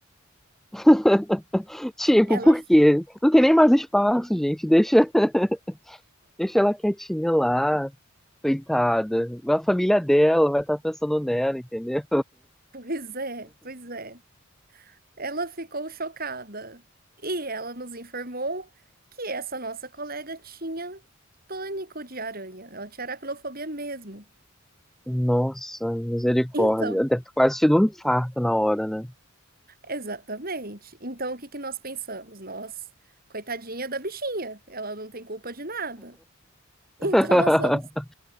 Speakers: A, in the centre; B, on the right (about 45°).
A: <laughs> Tipo,
B: Ela,
A: por quê? Não tem nem mais espaço, gente. Deixa, <laughs> deixa ela quietinha lá, coitada. A família dela vai estar pensando nela, entendeu?
B: pois é, pois é. Ela ficou chocada e ela nos informou que essa nossa colega tinha pânico de aranha. Ela tinha aracnofobia mesmo.
A: Nossa, misericórdia.
B: Então,
A: Deve ter quase tido um infarto na hora, né?
B: exatamente. Então, o que que nós pensamos? Nós, coitadinha da bichinha, ela não tem culpa de nada. <laughs> Então,
A: <laughs>
B: nós vamos,